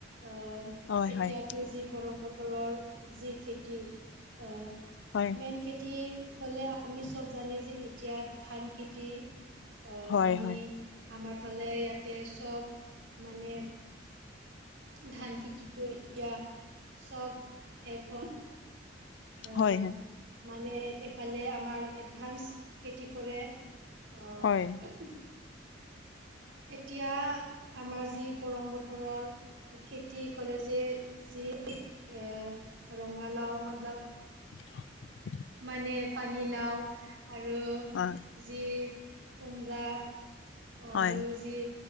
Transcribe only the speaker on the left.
হয়
হয়
হয়।
হয়
হয়
হয়
হয়
<inaudible>
অ
হয়